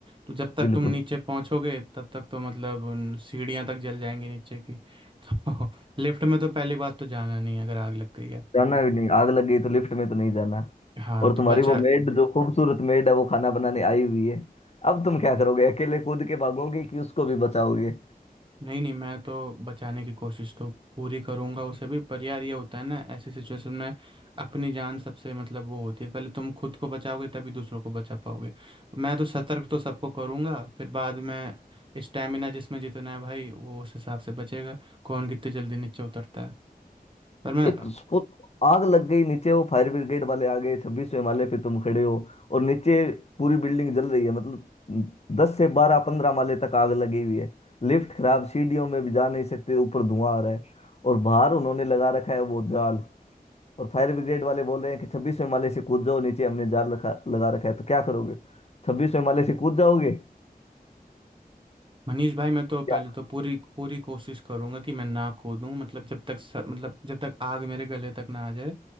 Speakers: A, on the right; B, on the left.
A: तो जब तक
B: बिल्कुल
A: तुम नीचे पहुंचोगे तब तक तो मतलब उन सीढ़ियां तक जल जाएंगी नीचे की <laughs> तो लिफ्ट में तो पहली बात तो जाना नहीं है अगर आग लग गई है
B: जाना भी नहीं आग लग गई तो लिफ्ट में तो नहीं जाना
A: हाँ
B: और
A: तो
B: तुम्हारी
A: बचा
B: वो मेड जो खूबसूरत मेड है वो खाना बनाने आई हुई है अब तुम क्या करोगे अकेले कूद के भागोगे कि उसको भी बचाओगे
A: नहीं नहीं मैं तो बचाने की कोशिश तो पूरी करूंगा उसे भी पर यार ये होता है ना ऐसी सिचुएशन में अपनी जान सबसे मतलब वो होती है पहले तुम खुद को बचाओगे तभी दूसरों को बचा पाओगे मैं तो सतर्क तो सबको करूंगा फिर बाद में स्टेमिना जिसमें जितना है भाई वो उस हिसाब से बचेगा कौन कितनी जल्दी नीचे उतरता है पर मैं
B: एक उसको आग लग गई नीचे वो फायर ब्रिगेड वाले आ गए छब्बीसवें माले पे तुम खड़े हो और नीचे पूरी बिल्डिंग जल रही है मतलब दस से बारह पंद्रह माले तक आग लगी हुई है लिफ्ट खराब सीढ़ियों में भी जा नहीं सकते ऊपर धुआं आ रहा है और बाहर उन्होंने लगा रखा है वो जाल और फायर ब्रिगेड वाले बोल रहे हैं कि छब्बीस माले से कूद जाओ नीचे हमने जाल रखा लगा रखा है तो क्या करोगे छब्बीस माले से कूद जाओगे
A: मनीष भाई मैं तो पहले
B: क्या
A: तो पूरी पूरी कोशिश करूंगा कि मैं ना कूदूं मतलब जब तक स, मतलब जब तक आग मेरे गले तक ना आ जाए